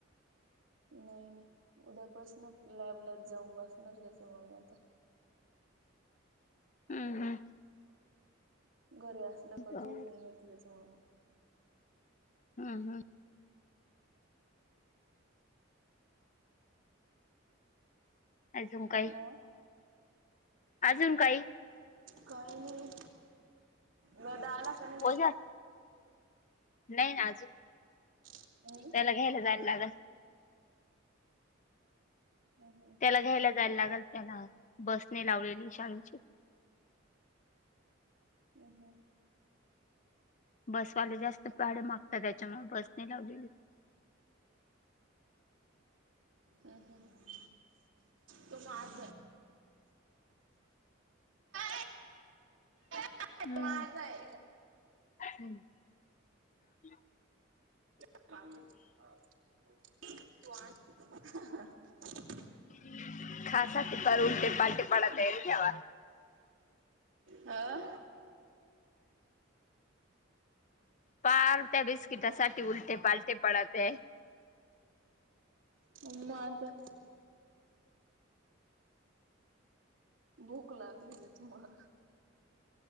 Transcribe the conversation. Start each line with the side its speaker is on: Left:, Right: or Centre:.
Right: नाही नाही उद्या बसन लॅबला जाऊन बसणार त्याच्यामुळे मी आता
Left: हम्म हम्म
Right: घरी असल का
Left: बर
Right: झोपून नेत त्याच म्हणून
Left: हा हा अजून काही
Right: अ
Left: अजून काही
Right: काय नाही दादा आला का नाही
Left: ओझा नाही ना अजून
Right: नाही
Left: त्याला घ्यायला जायला लागेल
Right: हम्म हम्म
Left: त्याला घ्यायला जायला लागल त्याला बसने लावलेली शाळेची
Right: हम हम
Left: बसवाले जास्त भाडं मागतात त्यामुळे त्याच्यामुळे बस नाही लावली
Right: हम हम तो माझ <inaudible> का
Left: हम्म
Right: वा काय.
Left: <inaudible>
Right: <inaudible>
Left: <inaudible>
Right: आ.
Left: पार त्या बिस्किटासाठी उलटे पालटे पडत. तेे.
Right: हो म आता. भूक लागली होती मला.